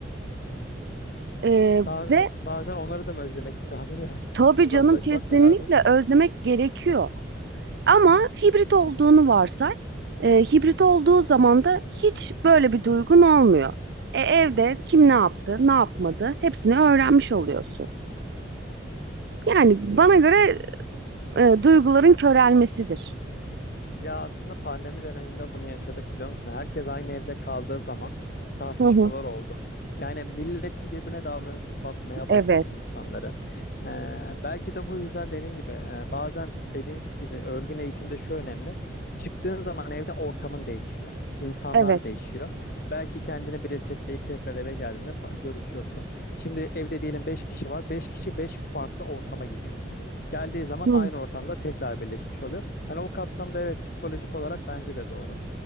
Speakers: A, on the right (about 60°); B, on the left (about 50°).
A: E,
B: ba-
A: ve
B: ba- bazen onları da mı özlemek lazım yani? <laughs>
A: tabii
B: Uzaklaşmak
A: canım kesinlikle
B: mı lazım?
A: özlemek gerekiyor ama hibrit olduğunu varsay. E, hibrit olduğu zaman da hiç böyle bir duygun olmuyor. E, evde kim ne yaptı, ne yapmadı hepsini öğrenmiş oluyorsun. Yani bana göre e, duyguların körelmesidir.
B: Ya aslında pandemi döneminde bunu yaşadık biliyor musun? Herkes aynı evde kaldığı zaman tartışmalar
A: Hı hı.
B: oldu. Yani milletin birbirine davranışı batmaya
A: Evet,
B: başladı insanların. Ee, belki de bu yüzden dediğin gibi e, bazen dediğiniz gibi örgün eğitimde şu önemli. Çıktığın zaman evde ortamın değişiyor. İnsanlar
A: evet.
B: değişiyor. Belki kendini bir resetleyip tekrar eve geldiğinde fa- görüşüyorsun. Şimdi evde diyelim 5 kişi var. beş kişi 5 farklı ortama gidiyor. Geldiği zaman
A: Hı.
B: aynı ortamda tekrar birleşmiş oluyor. Hani o kapsamda evet psikolojik olarak bence de doğru.